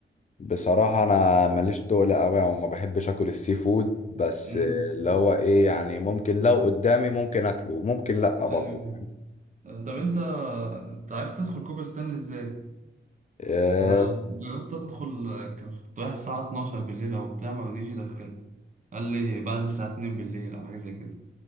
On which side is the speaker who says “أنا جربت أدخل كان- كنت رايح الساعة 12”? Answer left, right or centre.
Right